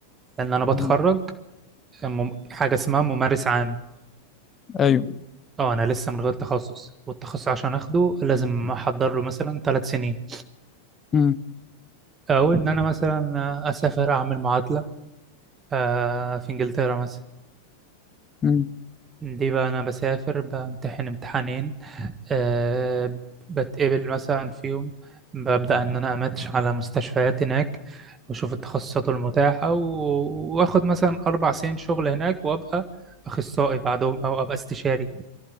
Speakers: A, on the right; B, on the left.
A: لأن أنا بتخرج
B: امم
A: مم... حاجة اسمها ممارس عام
B: ايوه
A: أه أنا لسه من غير تخصص والتخصص عشان أخده لازم أحضر له مثلا ثلاث سنين
B: امم
A: او ان انا مثلا اسافر اعمل معادله آه، في انجلترا مثلا
B: امم
A: دي بقى انا بسافر بامتحن امتحانين آه، بتقبل مثلا فيهم ببدا ان انا اماتش على مستشفيات هناك واشوف التخصصات المتاحه و- واخد مثلا اربع سنين شغل هناك وابقى اخصائي بعدهم او ابقى استشاري